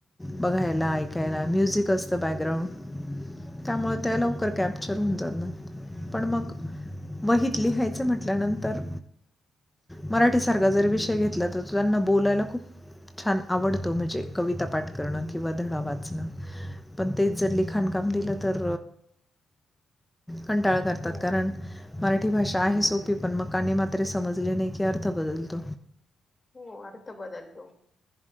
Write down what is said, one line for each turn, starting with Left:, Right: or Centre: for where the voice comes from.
Centre: बघायला ऐकायला म्युझिक असतं बॅकग्राउंड. त्यामुळे त्या लवकर कॅप्चर होऊन जात नाही पण मग.. वहीत लिहायचं म्हटल्यानंतर.. मराठीसारखा जर विषय घेतला तर तो त्यांना बोलायला खूप.. छान आवडतो म्हणजे कविता पाठ करणं किंवा धडा वाचणं.. पण तेच जर लिखाण काम दिलं तर.. कंटाळा करतात
Left: हो
Centre: कारण मराठी भाषा आहे सोपी पण मग कानी मात्र समजली नाही की.. अर्थ बदलत
Left: हो अर्थ बदल तो.